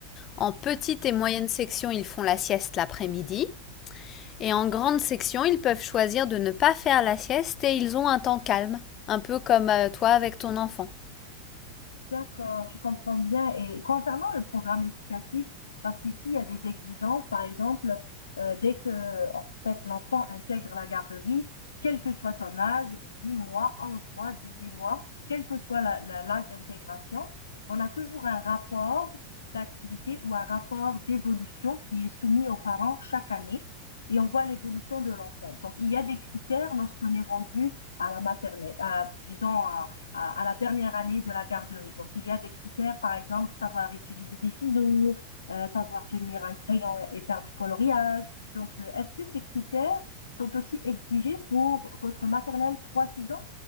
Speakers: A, on the left (about 30°); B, on the left (about 70°).
A: En petite et moyenne section, ils font la sieste l'après-midi. Et
B: D'accord.
A: en grande section, ils peuvent choisir de ne pas faire la sieste et ils ont un temps calme, un peu comme euh, toi avec ton enfant.
B: D'accord, je comprends bien. Et concernant le programme éducatif, parce qu'ici, il y a des exigences, par exemple, euh, dès que en fait, l'enfant intègre la garderie, quel que soit son âge, 10 mois, 11 mois, 18 mois, quel que soit la- la- l'âge d'intégration, on a toujours un rapport d'activité ou un rapport d'évolution qui est soumis aux parents chaque année et on voit l'évolution de l'enfant. Donc, il y a des critères lorsqu'on est rendu à la maternelle, à, disons, à, à, la dernière année de la garderie. Donc il y a des critères, par exemple, savoir utiliser des ciseaux, euh, savoir tenir un crayon et faire du coloriage. Donc euh, est-ce que ces critères sont aussi exigés pour votre maternelle trois six ans